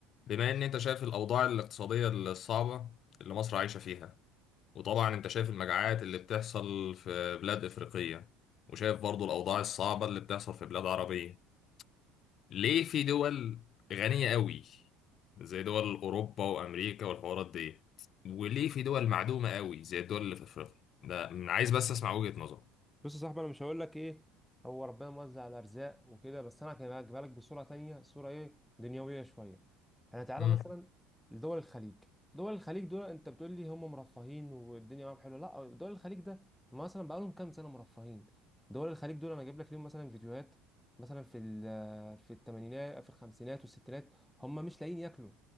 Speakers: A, on the left (about 45°); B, in the centre.
A: بما ان انت شايف الاوضاع الاقتصادية الصعبة اللي مصر عايشة فيها وطبعا انت شايف المجاعات اللي بتحصل في بلاد افريقية وشايف برضو الاوضاع الصعبة اللي بتحصل في بلاد عربية ليه في دول غنية قوي زي دول اوروبا وامريكا والحوارات دي وليه في دول معدومة قوي زي الدول اللي في افريقيا ده من عايز بس اسمع وجهة نظرك
B: بص يا صاحبي انا مش هقول لك ايه هو ربنا موزع الارزاق وكده بس انا هجيبها هجيبها لك بصوره تانية صوره ايه دنيويه شويه احنا تعالى
A: مم.
B: مثلا لدول الخليج دول الخليج دول انت بتقول لي هم مرفهين والدنيا معاهم حلوه لا دول الخليج ده هم مثلا بقالهم كام سنه مرفهين دول الخليج دول انا اجيب لك ليهم مثلا فيديوهات مثلا في ال- في الثمانينات في الخمسينات والستينات هم مش لاقيين ياكلوا